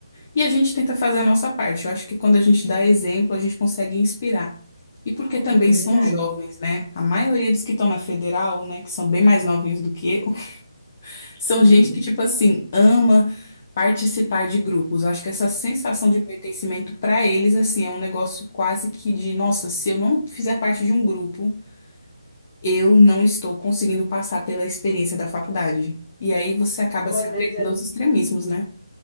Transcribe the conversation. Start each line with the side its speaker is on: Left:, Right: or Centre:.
Left: E a gente tenta fazer a nossa parte. Eu acho que quando a gente dá exemplo, a gente consegue inspirar. E porque também
Centre: é verdade.
Left: são jovens, né? A maioria dos que estão na federal, né, que são bem mais novinhos do que eu, <laughs> são
Centre: <laughs>
Left: gente que, tipo assim, ama participar de grupos. Eu acho que essa sensação de pertencimento para eles, assim, é um negócio quase que de, nossa, se eu não fizer parte de um grupo, eu não estou conseguindo passar pela experiência da faculdade. E aí você acaba
Centre: Bom,
Left: se
Centre: às
Left: apegando
Centre: vezes é...
Left: aos extremismos, né?